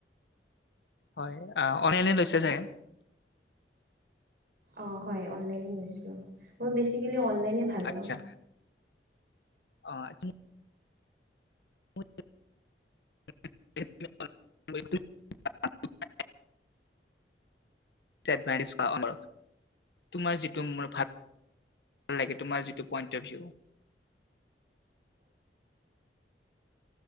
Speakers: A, on the left; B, on the right.
A: হয়, অহ, অনেলে লৈছে চাগে?
B: অ' হয়। অনলাইনে লৈছিলোঁ। মই বেচিকেলি অন <unintelligible> ভাল পাওঁ।
A: আচ্ছা, অ', <unintelligible> <unintelligible> <unintelligible> তোমাৰ যিটো মো ভা <unintelligible> লাগে তোমাৰ যিটো পইণ্ট অফ ভউ